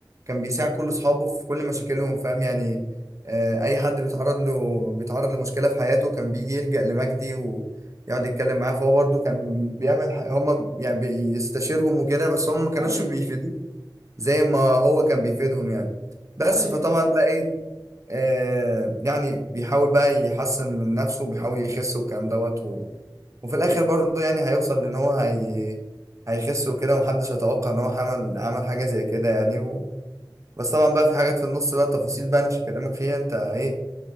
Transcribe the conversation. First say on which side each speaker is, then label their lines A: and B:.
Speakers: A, on the right (about 40°); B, on the right (about 65°).
A: كان بيساعد كل اصحابه في كل مشاكلهم فاهم يعني آه، اي حد بيتعرض له بيتعرض لمشكله في حياته كان بيجي يلجأ لمجدي ويقعد يتكلم معاه فهو برضه كان بيعمل ح... هم يعني بيستشيرهم وكده بس هم ما كانوش
B: ايوه
A: بيفيدوه زي ما هو كان بيفيدهم يعني بس
B: ايوه
A: فطبعا
B: فاهم
A: بقى ايه آه يعني بيحاول بقى يحسن من نفسه بيحاول يخس والكلام دوت و... وفي الاخر برضه يعني هيوصل لان هو هي... هيخس وكده ومحدش يتوقع ان هو عمل عمل حاجه زي كده يعني و... بس طبعا بقى في حاجات في النص بقى تفاصيل بقى انا مش هكلمك فيها انت ايه